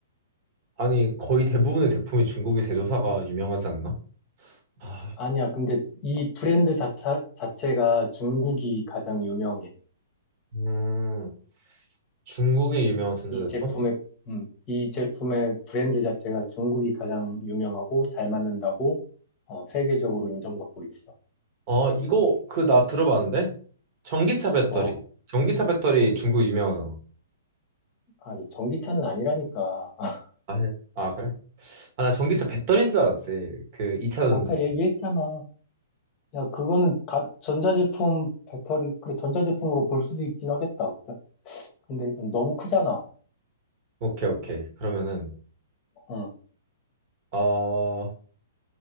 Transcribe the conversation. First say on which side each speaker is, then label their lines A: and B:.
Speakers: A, on the right (about 45°); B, on the left (about 35°).
A: 아니, 거의 대부분의 제품이 중국의 제조사가 유명하지 않나? 아,
B: 아니야, 근데 이 브랜드 자체, 자체가 중국이 가장 유명해.
A: 음, 중국의 유명한 전자제품?
B: 이 제품의, 음, 이 제품의 브랜드 자체가 중국이 가장 유명하고 잘 맞는다고, 어, 세계적으로 인정받고 있어.
A: 아, 이거 그 나 들어봤는데? 전기차 배터리.
B: 뭐,
A: 전기차 배터리 중국 유명하잖아.
B: 아니, 전기차는 아니라니까. <laughs>
A: 아, 네. 아, 그래? 아, 나 전기차 배터리인 줄 알았지. 그 2차전지.
B: 아까 얘기했잖아. 야, 그거는 가- 전자제품, 배터리, 그래, 전자제품으로 볼 수도 있긴 하겠다. 근데 너무 크잖아.
A: 오케이, 오케이. 그러면은
B: 어.
A: 어,